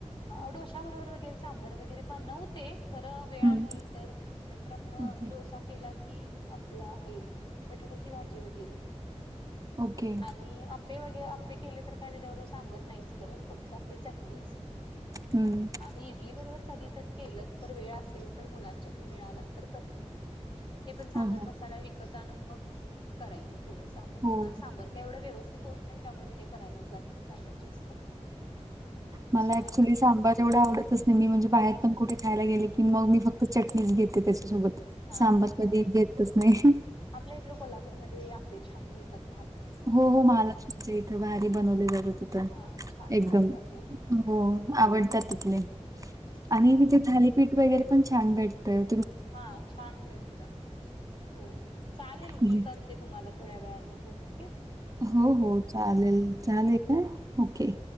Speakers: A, on the left; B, on the right.
A: अ डोश्या बरोबर वगैरे सांबर वगैरे बनवते. खरं वेळ
B: हं.
A: असेल तर, नाहीतर आपलं
B: ओके.
A: डोसा केला की आपलं हे बटाट्याची भाजी वगैरे
B: ओके.
A: आणि अ पे वगैरे अप्पे केले तर काय त्याच्याबरं सांबर नाहीच करत फक्त आपली चटणीच.
B: हम्.
A: आणि इडली बरोबर कधीतरी केलं तर वेळ असेल तर मुलांच्यातून मिळाला तर करते. ते पण सांबर
B: हं, हं.
A: मसाला विकत आणून मग करायचं थोडं सांबर
B: हो.
A: माझं सांबर. का एवढं व्यवस्थित होत नाही त्यामुळे मी काही करायलाच जात नाही सांबर जास्त.
B: मला
A: असं
B: चुलीचा
A: आहे
B: सां''--'' आंबा जेवढा आवडतच नाही मी म्हणजे बाहेर पण कुठे खायला गेले की मग मी फक्त चटणीच घेते त्याच्यासोबत.
A: हा
B: सांबार
A: हा हा
B: कधी
A: हा,
B: घेतच नाही.
A: आपल्या इकडें कोल्हापूर मध्ये आपे छान मिळतातं.
B: हो हो, महालक्ष्मीच्या इथं भारी बनवले जात तिथं
A: हा छान
B: एकदम.
A: करतात हो
B: हो आवडतात तिथले
A: हा
B: आणि तिथेले थाली. पीठ वगैरे प छान भेटतंय.
A: हा छान भेटत हो चालेल
B: हं.
A: मी करते. ते तुम्हाला थोड्या वेळाने फोन ओके.
B: हो हो, चालेल चालेल का ओके.